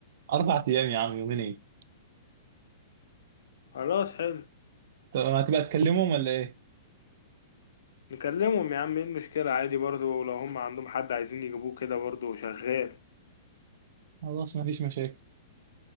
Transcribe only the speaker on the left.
خلاص حلو
نكلمهم يا عم ايه المشكلة عادي برضو لو هم عندهم حد عايزين يجيبوه كده برضو شغال